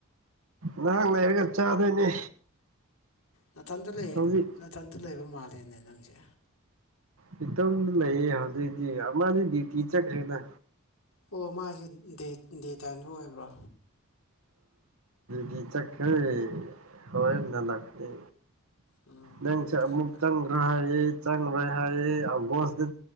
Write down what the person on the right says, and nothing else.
ꯅꯍꯥꯛ ꯂꯩꯔꯒ ꯆꯥꯗꯣꯏꯅꯦ
ꯍꯧꯖꯤꯛ
ꯈꯤꯇꯝ ꯂꯩꯌꯦ ꯍꯧꯖꯤꯛꯇꯛꯇꯤ ꯑꯃꯅꯤ ꯗ꯭ꯌꯨꯇꯤ ꯆꯠꯈ꯭ꯔꯦꯅ
ꯗꯤ ꯆꯈ ꯍꯔ ꯅ ꯂꯅꯤ
ꯅ
ꯃꯨꯛꯇꯪꯒ꯭ꯔꯍ
ꯌꯦ ꯆꯪꯈ꯭ꯔꯦ ꯍꯥꯏꯌꯦꯦ ꯑꯒꯣꯁꯇ